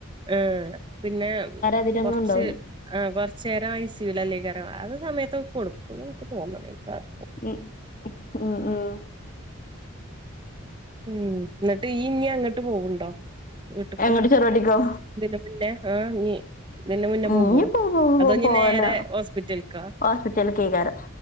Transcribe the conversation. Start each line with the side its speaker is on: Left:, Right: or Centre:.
Right: ആഹ്, പിന്നേ
Left: അതിലൊന്നും
Right: കൊർച്ച്
Left: ഉണ്ടാവൂല
Right: ആ കൊർച്ചേരം ഐസിയു ലല്ലെയ്‌ക്കാരം. ആഹ് സമയത്തൊക്കെ കൊട്ക്കും. <unintelligible> എനക്ക് തോന്ന്ണെയ്ക്കാരം.
Left: ഉം, ഉം, ഉം, ഉം
Right: ഉം, ന്നട്ട് യ്യ് ഞ്ഞ്യങ്ങട്ട് പോവ്ണ്ടോ? വീട്ട്ക്കാ.
Left: എങ്ങട്ട് ചെറുവാടിക്കോ
Right: ഇതിൻ്റെ മുന്നേ ആഹ്, നീ ഇതിൻ്റെ മുന്നെ
Left: ഉം
Right: പോകോ.
Left: ഇഞ്ഞിപ്പോ
Right: അതോ ഞ്ഞി
Left: പോവല
Right: നേരെ ഹോസ്പിറ്റൽക്കാ.
Left: ഹോസ്പിറ്റലിക്കേക്കാരം